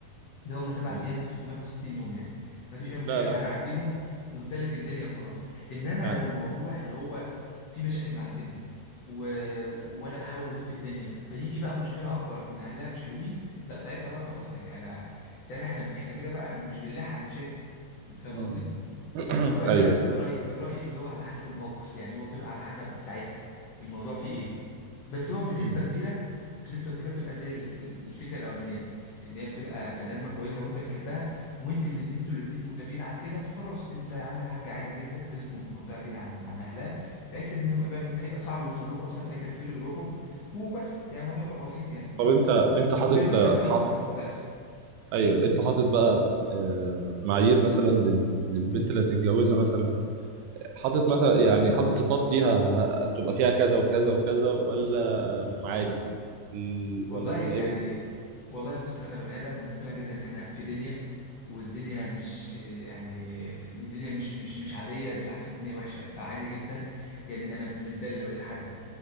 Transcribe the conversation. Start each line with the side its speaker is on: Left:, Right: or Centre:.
Left: ده هم سبعة
Right: مم.
Left: ايام في 365 يوم يعني مفيش اي مشكله
Right: لا لا
Left: هنعديهم ونسلك الدنيا وخلاص انما
Right: يعني
Left: لو الموضوع اللي هو في مشاكل مع البنت و... وانا بحاول ازق الدنيا فيجي بقى مشكله اكبر ان اهلها مش حلوين لا ساعتها بقى خلاص يعني انا ساعتها احنا احنا كده بقى مش بنلاحق على المشاكل انت فاهم
Right: مم.
Left: قصدي
Right: <clears throat>
Left: فانا من رايي لا
Right: ايوه
Left: من رايي من رايي اللي هو على حسب الموقف يعني هو بتبقى على حسب ساعتها الموضوع فيه ايه بس هو بنسبه
Right: مم.
Left: كبيره بنسبه كبيره بتبقى زي ال- ال- الفكره الاولانيه اللي هي بتبقى بني ادمه كويسه وانت بتحبها وانت اللي انتوا الاتنين متفقين على كده فخلاص انت يا عم الحاج عادي جدا تسكن في منطقه بعيده عن عن اهلها بحيث ان ما يبقى- هيبقى صعب يوصل لهم اصلا فيكسلوا يروحوا وبس يعني الموضوع هيبقى بسيط يعني ان شاء
Right: طب انت
Left: الله
Right: انت حاطط
Left: وبالود والحسنى
Right: حاط
Left: برضو في الاخر
Right: ايوه انت حاطط بقى آه، معايير مثلا لل- للبنت اللي هتتجوزها مثلا حاطط مثلا يعني حاطط صفات ليها ه- تبقى فيها كذا وكذا وكذا ولا عادي ال-
Left: والله
Right: ولا ولا
Left: يعني
Right: ايه بالظبط؟
Left: والله بص انا بني ادم مقتنع جدا ان احنا في دنيا والدنيا مش يعني الدنيا مش مش مش عاديه بالعكس الدنيا وحشه فعادي جدا يعني انا بالنسبه لي لو لقيت حد